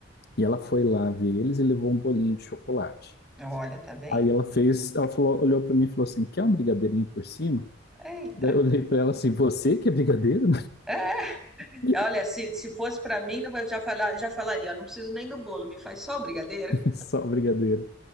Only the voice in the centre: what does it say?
olha, tá vendo?
Eita.
É,
olha, se, se fosse para mim, eu já, falar, já falaria, ó, não preciso nem do bolo, me faz só o brigadeiro.